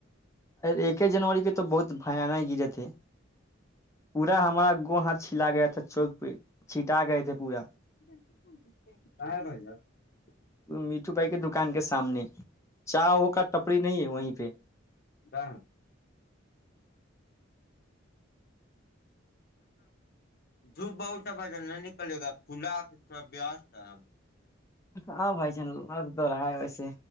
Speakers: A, on the left; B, on the left.
A: ایک ہی جنوری کے تو بہت بانک گرے تھے پورا ہمارا گ ہات چھلا گیا تھا چوک پہ چھٹا گئے تھے پورا۔
B: <unintelligible>
A: میٹھو بھائی کے دکان کے سامنے۔ چا ہو کا ٹپڑی نہیں ہے وہیں پہ۔
B: کہاں دھوپ بہت ہے بھائی جان نہیں نکلے گا کھلا۔ <inaudible>
A: ہاں بھائی جان لگ تو رہ ہے ویسے۔